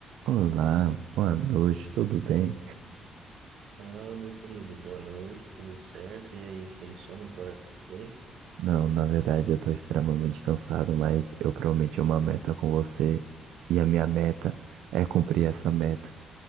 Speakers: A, on the right; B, on the right.
A: Olá, boa noite, tudo bem?
B: Fala, meu querido, boa noite, tudo certo? E aí, sem sono por aí?
A: Não, na verdade eu tô extremamente cansado, mas eu prometi uma meta com você e a minha meta é cumprir essa meta.